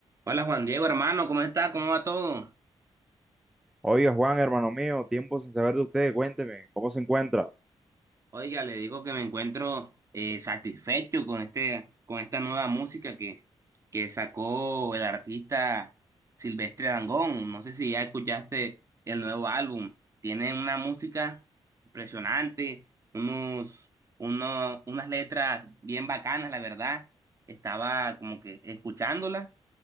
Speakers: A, on the right; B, in the centre.
A: Hola Juan Diego, hermano, ¿cómo está? ¿Cómo va todo?
B: Oiga, Juan, hermano mío, tiempo sin saber de usted, cuénteme, ¿cómo se encuentra?
A: Oiga, le digo que me encuentro eh, satisfecho con este, con esta nueva música que, que sacó el artista Silvestre Dangond. No sé si ya escuchaste el nuevo álbum. Tiene una música impresionante, unos, uno- unas letras bien bacanas, la verdad. Estaba como que escuchándola.